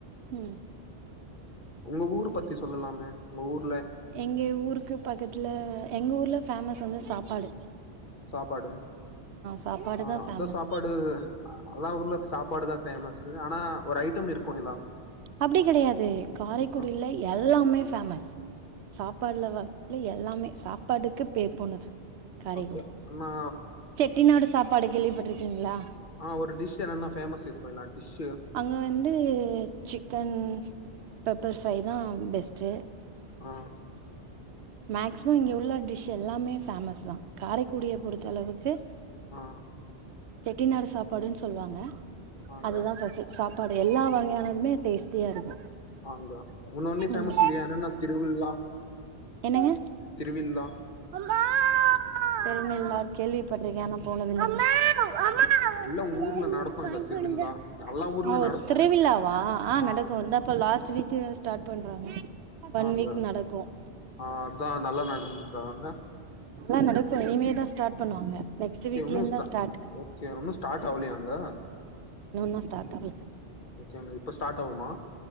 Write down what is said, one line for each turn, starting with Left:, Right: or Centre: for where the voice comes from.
Right: உம்
Left: உங்க ஊரு பத்தி சொல்லலாமே உங்க ஊர்
Right: எங்க ஊருக்கு பக்கத்துல எங்க ஊர்ல ஃபேமஸ் வந்து சாப்ப பாடு
Left: சாப்பாடு
Right: சாப்பாடுதா
Left: ஆஹ் அந்த
Right: ஃபேமஸ்
Left: சாப்பாடு அல்லா ஊர்ல சாப்பாடுதான் பேஃபேமஸ்ஸு ஆனா ஒரு ஐட்டம் இருக்குல்ல
Right: அப்படி கிடையாது காரைக்குடில
Left: ஆ
Right: எல்லாமே ஃபேமஸ் சாப்பாடுல வந்து எல்லாமே சாப்பாட்டுக்கு பேர் போணது காரைக்குடி
Left: ஓகே ஆனா
Right: செட்டி நாடு சாப்படு கேள்வி பட்டு இருக்குதுங்களா
Left: ஆஹ் ஒரு டிஷ் என்னென்னா ஃபேமஸ் இருக்கும் எல்லா டிஷ்
Right: அங்க வந்து சிக்கன் பெப்பர் ஃப்ரை தான் பெஸ்ட்டு
Left: ஆஹ்
Right: மேக்சிமம் இங்க உள்ள டிஷ் எல்லாமே ஃபேமஸ் தான் காரைக்குடிய பொறுத்த அளவுக்கு
Left: ஆ
Right: செட்டிநாடு சாப் பாடுன்னு சொல்லுவாங்க
Left: ஆங்கா
Right: அதுதான் பசி சாப் பாடு எல்லா வகையானதுமே டேஸ்ட்டியா இருக்கும்
Left: ஆங்க ஒன்னொனுல ஃபேமஸ்லையா
Right: ம்
Left: என்னன்ன திருவிழா
Right: என்னங்க
Left: திருவில்லா
Right: அம்மம்மமா பெருநலா கேள்வி பற்றிருக்கே ஆன போனதுயில்ல அம்மாவு அம்மாவும் எனக்கு
Left: எல்லா உங்க
Right: டைரி
Left: ஊர்ல
Right: மில்க்
Left: நடக்கு
Right: வாங்கி
Left: இல்ல திருவிழா
Right: கொடுங்க
Left: எல்லா ஊர்ல
Right: ஓஹோ
Left: நடக்கு
Right: திருவிலாவா ஆஹ்
Left: ஆ
Right: நடக்கும் ஹான் இந்தா இப்போ லாஸ்ட் வீ்க் ஸ்ட்ராட் பண்றாங்க ஒன்
Left: ஆங்க
Right: வீக் நடக்கும்
Left: ஆ அதா நல்லா நடந்துறாங்க
Right: நல்லா நடக்கும் இனிமேதான் ஸ்டார்ட் பண்ணுவாங்க நெக்ஸ்ட்
Left: ஓகே
Right: வீக்ல
Left: ஒன்னும்
Right: இருந்துதா ஸ்டார்ட்
Left: ஓகே ஒன்னும் ஸ்டார்ட் ஆவலையா அங்க
Right: இன்னும் ஸ்டார்ட் ஆகல
Left: ஓகே இப்ப ஸ்டார்ட் ஆவுமா